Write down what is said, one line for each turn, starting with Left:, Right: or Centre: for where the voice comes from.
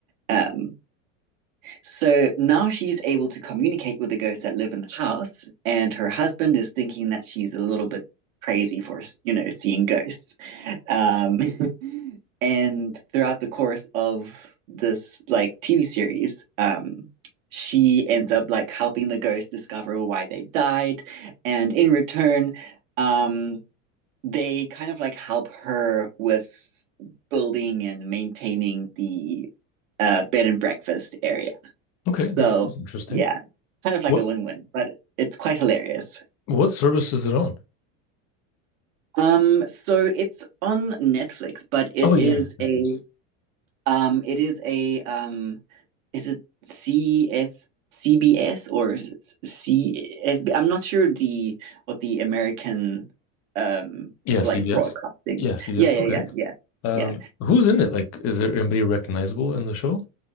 Right: Um, so now she's able to communicate with the ghosts that live in the house, and her husband is thinking that she's a little bit crazy for, you know, seeing ghosts. Um, <laughs> and throughout the course of this like TV series, um, she ends up like helping the ghosts discover why they died, and in return, um, they kind of like help her with building and maintaining the uh, bed and breakfast area.
Left: Okay, that
Right: So
Left: sounds interesting.
Right: yeah, kind of like
Left: What
Right: a win-win, but it's quite hilarious.
Left: what service is it on?
Right: Um, so it's on Netflix, but it
Left: Oh
Right: is
Left: yeah, Netflix.
Right: a um, it is a um, is it C S C B S or C S am not sure the what the American um
Left: Yeah,
Right: like
Left: CBS.
Right: broadcasting.
Left: Yeah, CBS.
Right: Yeah, yeah,
Left: Okay.
Right: yeah, yeah,
Left: Um,
Right: yeah.
Left: who's in it? Like, is there anybody recognizable in the show?